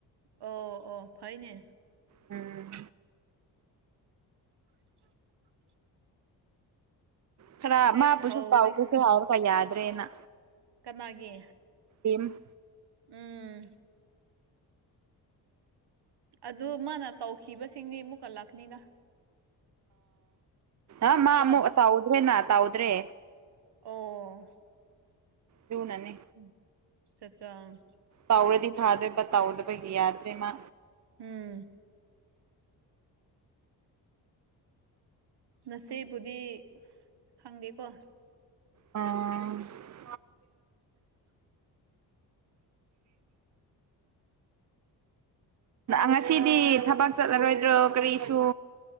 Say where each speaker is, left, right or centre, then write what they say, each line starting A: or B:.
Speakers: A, on the right (about 65°); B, on the right (about 40°).
A: ꯑꯣ ꯑꯣ ꯐꯥꯏꯅꯦ
B: ꯎꯝ
A: <unintelligible>
B: ꯈꯔ
A: ꯑꯩ
B: ꯃꯥꯕꯨꯁꯨ
A: ꯁꯥꯎꯔꯤꯁꯦ
B: ꯇꯥꯎꯒꯁꯦ ꯍꯥꯏꯔ ꯐ ꯌꯥꯗ꯭ꯔꯦꯅ
A: ꯀꯅꯥꯒꯤ
B: ꯏꯦꯝ <inaudible>
A: ꯎꯝ ꯑꯗꯨ ꯃꯥꯅ ꯇꯧꯈꯤꯕꯁꯤꯡꯗꯤ ꯑꯃꯨꯛ ꯀꯜꯂꯛꯅꯤꯅ
B: ꯑ ꯃꯥ
A: ꯀꯣ
B: ꯑꯃꯨꯛ ꯇꯥꯎꯗ꯭ꯔꯦꯅ ꯇꯥꯎꯗ꯭ꯔꯦ
A: ꯑꯣ
B: ꯑꯗꯨꯅꯅꯦ
A: ꯎ ꯆꯆꯥ <inaudible>
B: ꯇꯥꯎꯔꯗꯤ ꯐꯥꯗꯣꯏꯕ ꯇꯥꯎꯗꯕ ꯌꯥꯗ꯭ꯔꯦ ꯃꯥ
A: ꯎꯝ ꯅꯁꯦꯕꯨꯗꯤ ꯈꯪꯗꯦꯀꯣ
B: ꯑ <inaudible> <unintelligible> ꯉꯁꯤꯗꯤ ꯊꯕꯛ ꯆꯠꯂꯔꯣꯏꯗ꯭ꯔꯣ ꯀꯔꯤꯁꯨ